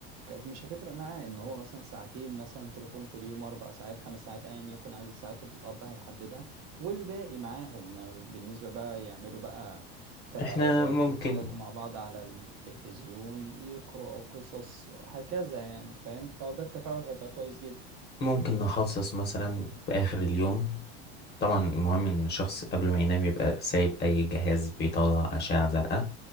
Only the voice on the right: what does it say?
ك- مش هتفرق معاه ان هو مثلا ساعتين مثلا تليفون في اليوم اربع ساعات خمس ساعات ايا يكن عدد الساعات اللي الاب هيحددها والباقي معاهم آه، بالنسبة بقى يعملوا بقى تفاعلات
يتفرجوا مع بعض على التلفزيون يقروا او قصص هكذا يعني فاهم فده التفاعل هيبقى كويس جدا